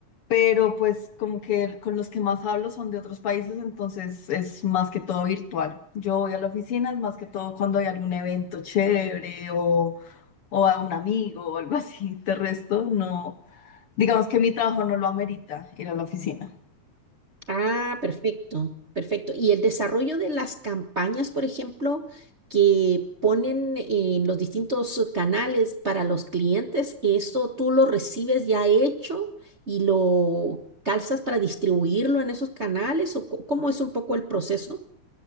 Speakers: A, on the left; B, on the right.
A: pero pues como que con los que más hablo son de otros países, entonces es más que todo virtual. Yo voy a la oficina, es más que todo cuando hay algún evento chévere o, o a un amigo o algo <laughs> así. De resto, no, digamos que mi trabajo no lo amerita ir a la oficina.
B: Ah, perfecto, perfecto. Y el desarrollo de las campañas, por ejemplo, que ponen en los distintos canales para los clientes, ¿eso tú lo recibes ya hecho y lo calzas para distribuirlo en esos canales? ¿O co- cómo es un poco el proceso?